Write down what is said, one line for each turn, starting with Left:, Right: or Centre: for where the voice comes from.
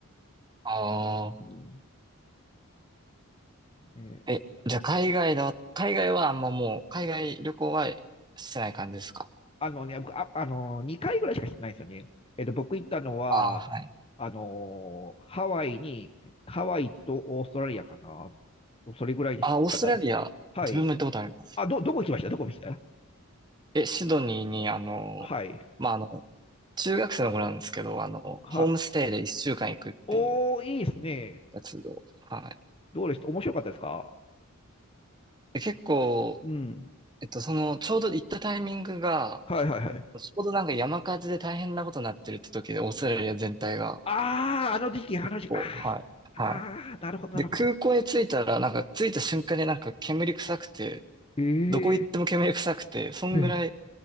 Right: ああ。
Left: うんね
Right: え、じゃあ海外だ。海外はあんまもう、海外旅行はしてない感じですか
Left: あのね、僕、あ、あのー、2回ぐらいしかしてないんですよね。えっと、僕行ったのは、
Right: ああ、はい。
Left: あのー、ハワイに、ハワイとオーストラリアかな。それぐらいですかね。
Right: ああ、オーストラリア、
Left: はい。
Right: 自分も行ったことあります。
Left: あ、ど、どこ行きましたどこ行きました
Right: え、シドニーに、あの、
Left: はい。
Right: まあ、あの、中学生の頃なんですけど、あの、
Left: は、
Right: ホームステイで一週間行くっていう。
Left: おー、いいですね。
Right: やつはい。
Left: どうでした面白かったですか
Right: で結構、
Left: うん。
Right: えっと、その、ちょうど行ったタイミングが、
Left: はいはいはい。
Right: ちょうどなんか山火事で大変なことになってるって時で、オーストラリア全体が。
Left: あー、あの時期、あの時期、
Right: 結構、
Left: あ
Right: はい。はい。
Left: ー、ああなるほど、なるほど。
Right: で、空港に着いたら、なんか着いた瞬間になんか煙臭くて、
Left: えー、
Right: どこ行っても煙臭くて、そんぐらい、
Left: え